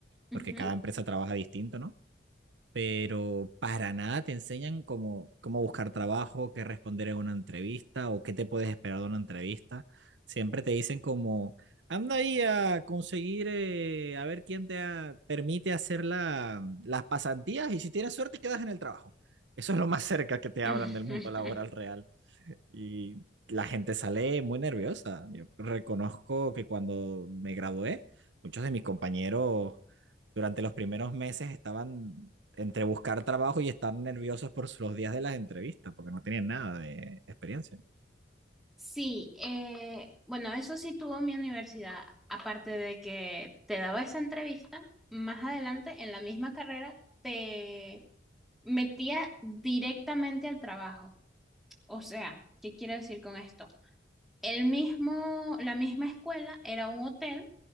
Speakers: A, in the centre; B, on the right.
A: Ujú.
B: porque cada empresa trabaja distinto, ¿no? pero para nada te enseñan cómo, cómo buscar trabajo, qué responder en una entrevista o qué te puedes esperar de una entrevista. Siempre te dicen como, anda ahí a conseguir, eh, a ver quién te ha- permite hacer la- las pasantías y si tienes suerte quedas en el trabajo. Eso es lo más cerca que te
A: <laughs>
B: hablan del mundo laboral real. Y la gente sale muy nerviosa. Yo reconozco que cuando me gradué, muchos de mis compañeros durante los primeros meses estaban entre buscar trabajo y estar nerviosos por los días de las entrevistas, porque no tenían nada de experiencia.
A: Sí, eh, bueno, eso sí tuvo mi universidad, aparte de que te daba esa entrevista, más adelante en la misma carrera te metía directamente al trabajo. O sea, ¿qué quiero decir con esto? El mismo, la misma escuela era un hotel